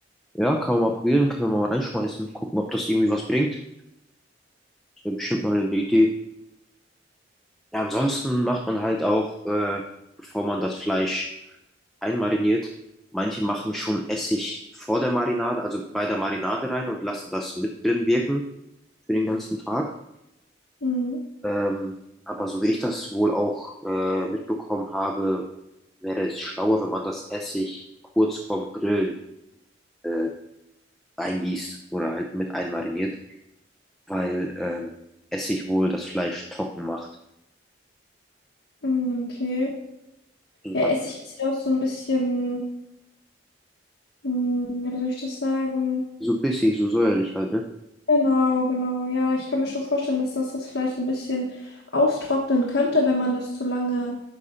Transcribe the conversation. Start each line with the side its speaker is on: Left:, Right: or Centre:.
Centre: ja, kann man mal probieren, kann man mal reinschmeißen, gucken, ob das irgendwie was bringt. Ist ja bestimmt mal eine Idee. Ja, ansonsten macht man halt auch, äh, bevor man das Fleisch einmariniert, manche machen schon Essig vor der Marinade, also bei der Marinade rein und lassen das mit drin wirken für den ganzen Tag.
Left: Mhm.
Centre: Ähm, aber so wie ich das wohl auch äh, mitbekommen habe, wäre es schlauer, wenn man das Essig kurz vorm Grillen äh, eingießt oder halt mit einmariniert, weil ähm, Essig wohl das Fleisch trocken macht.
Left: Mhm, Okay.
Centre: So
Left: Ja,
Centre: halt-
Left: Essig ist ja auch so ein bisschen, hm, ja, wie soll ich das sagen?
Centre: so bissig, so säuerlich halt, ne?
Left: Genau, genau. Ja, ich kann mir schon vorstellen, dass das das Fleisch so ein bisschen austrocknen könnte, wenn man das zu lange